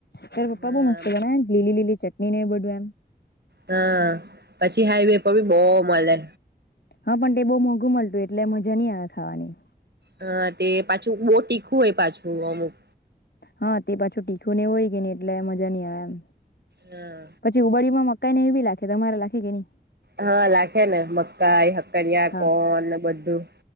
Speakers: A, on the left; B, on the right.
A: ત્યારે
B: હા
A: પપ્પા બો મસ્ત બનાવે ને લીલી લીલી ચટણી ને બધું એમ
B: હા પછી હાઈવે પર બી બો મલે
A: હા પણ તે બોહ મોંઘું મળતું એટલે મજા નહી આવે ખાવાની
B: હ તે પાછું બો તીખું હોય પાછું અમુક
A: હા તે પાછું તીખું ને હોય કે ને એટલે મજા ની આવે એમ
B: હા
A: પછી ઉબાડડીયુ મસ મકાઈને એ બી લાખે તમારા લાખે કે ની
B: હા લાખે ને મકાઈ હકરિયા
A: હા
B: કોન બધું